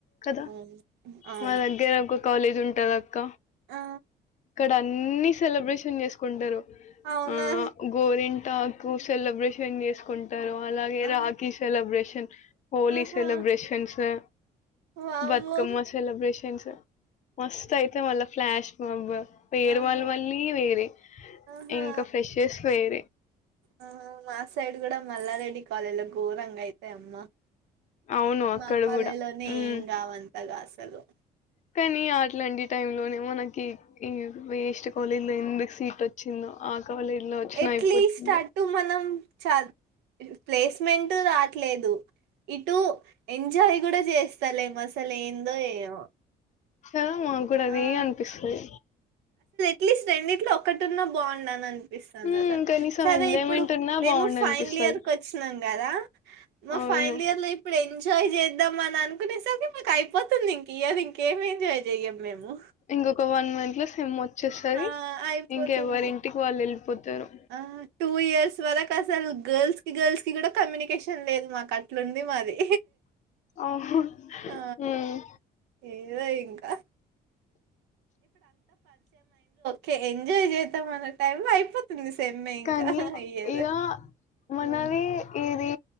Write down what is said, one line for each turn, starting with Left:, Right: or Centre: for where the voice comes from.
Left: కదా
Right: అవును అవును
Left: మ దగ్గేర కాలేజ్ ఉంటది అక్క
Right: ఆ
Left: ఇక్కడ అన్ని సెలబ్రేషన్ చేసుకుంటారు
Right: అవునా
Left: ఆ గోరింటాకు సెలిబ్రేన్ చేసుకుంటే తవాలాగేరాకి
Right: ఆ
Left: సెలిబ్రషన్ హోలీ
Right: ఆహా
Left: సెలబ్రేషన్స్ అ
Right: వామ్మో
Left: బతుకమ్మ సెలబ్రేషన్స్ మస్త అయితే మళ. Flash mob. వేరు
Right: ఆహా
Left: వాళ్ళ వల్ళీ వేరే
Right: ఆహా
Left: ఇంకా ఫ్రెషెస్ వేరే.
Right: ఆ మా సైడ్ కూడా మల్లారెడ్డి కాలేజ్ లో గోరంగా అయితయి అమ్మ.
Left: అవును అక్కడ
Right: మా కాలేజీలోనే
Left: కూడా ఉమ్
Right: ఏం కావంతగా అసలు.
Left: కానీ అట్లాంటి టైం లోనే మనకి ఈ వేస్ట్ కాలేజ్ లో ఎందుకు. సీట్ వచ్చిందో ఆ కాలేజీ లో వచ్చినా
Right: ఎట్లీస్ట్
Left: అయిపోతుందే
Right: అటు మనం చ ప్లేస్మెంట్ రాట్లేదు. ఇటు. ఎంజాయ్ కూడా చేస్తలేేమో అసలు ఏందో ఏమో.
Left: చా మాకు కూడా అదే
Right: ఆ
Left: అనిపిస్తది.
Right: ప్లీస్ అనిటీలో ఒకన్నా బాగుండు అని అనిపిస్తుంది
Left: ఉమ్
Right: అసల్
Left: కనీసం
Right: సరే
Left: ఎంజాయ్మెంట్
Right: ఇప్పుడు
Left: ఉన్నా
Right: మేము
Left: బాగుండు
Right: ఫైనల్
Left: అనిపిస్తది
Right: ఇయర్ వచ్చినాం కదా మా
Left: అవును
Right: ఫైనల్ ఇర్ లో ఇప్పుడు ఎంజాయ్ చే. చేద్దామని అనకునే సరికి ఇంకా అయిపోతుంది ఇంకా ఈయర్ ఇంకేమి ఎంజాయ్ చెయ్యం. మేము
Left: ఇంగొక వన్ మం త్లో సెమ్ వచ్చేస్తది
Right: ఆ అయిపోతుంది.
Left: ఇంకెవరింటికి వాళ్ళు వెళ్ళిపోతారు
Right: ఆ టూ ఇయర్స్ వరకు అసలు గర్ల్స్ కి గర్ల్స్ కి కూడా కమ్యూనికేషన్ లేదు మాకు అ ట్లుంది మాది.
Left: అవును
Right: ఆ
Left: ఉమ్
Right: ఏదొ ఇంకా. కే ఎంజాయ్ చేద్దాంమన్న టైం లో అయిపోతుంది. సెమ్మే ఇంకా
Left: కానీ
Right: అయ్యేది
Left: ఇగా మనవి
Right: హ్మ్.
Left: ఇది